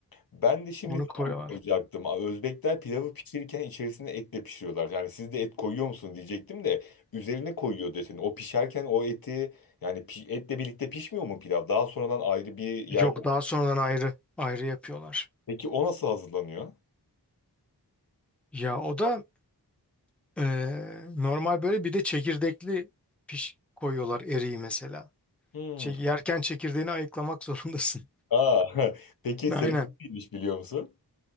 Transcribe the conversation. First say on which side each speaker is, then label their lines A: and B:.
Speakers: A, on the left; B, in the centre.
A: Ben de şimdi
B: Onu
A: tam
B: koyuyorlar.
A: onu soracaktım. Özbekler pilavı pişirirken içerisine et de pişiriyorlar. Yani siz de et koyuyor musun diyecektim de üzerine koyuyor dedin. O pişerken o eti yani pi- etle birlikte pişmiyor mu pilav? Daha sonradan ayrı bir yerde
B: Yok daha sonradan ayrı ayrı yapıyorlar.
A: Peki o nasıl hazırlanıyor?
B: Ya o da ee, normal böyle bir de çekirdekli piş koyuyorlar eriği mesela.
A: Hmm.
B: Çek- yerken çekirdeğini ayıklamak zorundasın.
A: Aa, <laughs> peki
B: <laughs>
A: sebebi
B: Aynen.
A: neymiş biliyor musun?